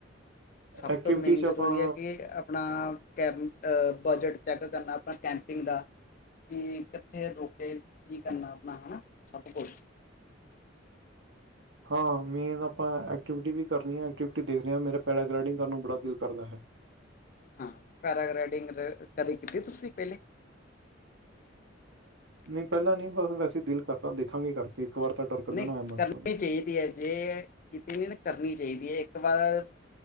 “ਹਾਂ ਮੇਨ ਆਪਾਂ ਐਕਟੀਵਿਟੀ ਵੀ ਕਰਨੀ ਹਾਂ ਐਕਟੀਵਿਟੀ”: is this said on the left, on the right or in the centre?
Right